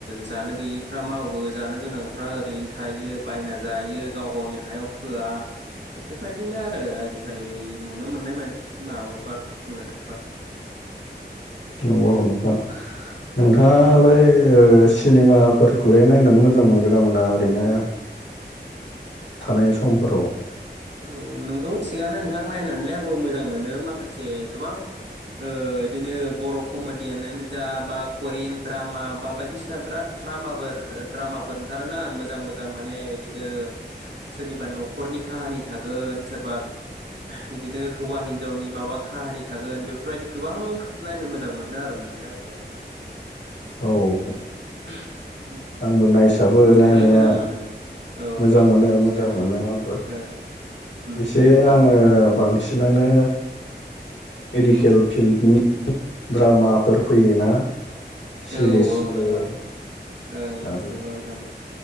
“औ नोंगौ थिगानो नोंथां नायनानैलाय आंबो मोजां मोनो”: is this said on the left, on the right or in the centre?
Right